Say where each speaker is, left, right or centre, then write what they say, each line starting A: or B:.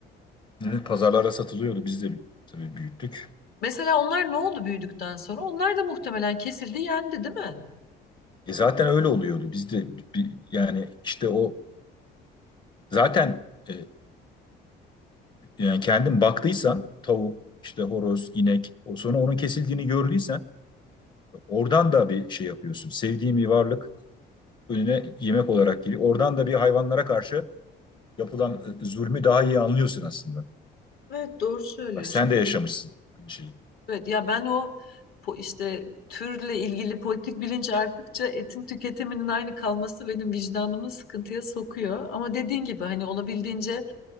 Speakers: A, on the left; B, on the left.
A: Evet, Pazarlara satılıyordu. Biz de tabii büyüttük.
B: Mesela onlar ne oldu büyüdükten sonra? Onlar da muhtemelen kesildi yendi değil mi?
A: E zaten öyle oluyordu. Biz de bi- yani işte o zaten e, yani kendin baktıysan tavuk, işte horoz, inek, o sonra onun kesildiğini gördüysen oradan da bir şey yapıyorsun. Sevdiğin bir varlık önüne yemek olarak geliyor. Oradan da bir hayvanlara karşı yapılan e, zulmü daha iyi anlıyorsun aslında.
B: Evet doğru söylüyorsun.
A: Bak sen de yaşamışsın aynı şeyi.
B: Evet ya ben o po- işte türle ilgili politik bilinç arttıkça etin tüketiminin aynı kalması benim vicdanımı sıkıntıya sokuyor. Ama dediğin gibi hani olabildiğince